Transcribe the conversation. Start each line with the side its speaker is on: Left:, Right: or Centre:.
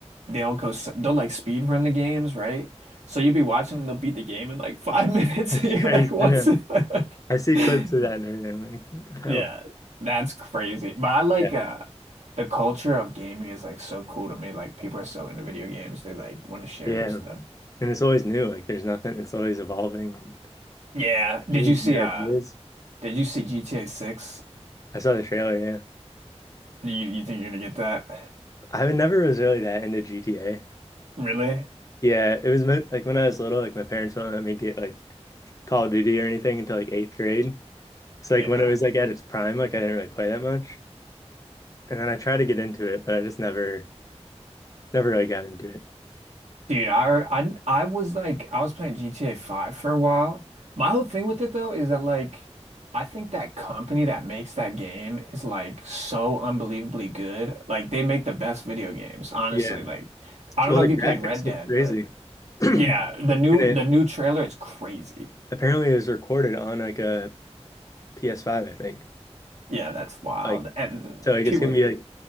Right: they'll go s- they'll like speed run the games, right? So you'll be watching them, they'll beat the game in like five <laughs> minutes.
Left: It's
Right: And
Left: crazy.
Right: you're like, what's
Left: I know.
Right: <laughs>
Left: I see
Right: it?
Left: clips of that and everything. I'm like, what the
Right: Yeah,
Left: hell?
Right: that's crazy. But I like
Left: Yeah.
Right: uh the culture of gaming is like so cool to me. Like people are so into video games, they like want to share
Left: Yeah.
Right: their stuff.
Left: And it's always new. Like there's nothing. It's always evolving and
Right: Yeah. Did
Left: games,
Right: you see
Left: new
Right: uh
Left: ideas.
Right: did you see GTA 6?
Left: I saw the trailer, yeah.
Right: Do you you think you're gonna get that?
Left: I never was really that into GTA.
Right: Really?
Left: Yeah, it was mo- like when I was little, like my parents wouldn't let me get like Call of Duty or anything until like eighth grade. So like
Right: Yeah.
Left: when it was like at its prime, like I didn't really play that much. And then I tried to get into it, but I just never, never really got into it.
Right: Dude, I, I I was like I was playing GTA 5 for a while. My whole thing with it though is that like I think that company that makes that game is like so unbelievably good. Like they make the best video games, honestly.
Left: Yeah.
Right: Like I don't
Left: Well,
Right: know if
Left: the graphics
Right: you played Red Dead,
Left: look crazy.
Right: but
Left: <clears throat>
Right: yeah, the new
Left: And it
Right: the new trailer is crazy.
Left: apparently it was recorded on like a PS5, I think.
Right: Yeah, that's wild.
Left: Like
Right: And
Left: so like
Right: people
Left: it's gonna be like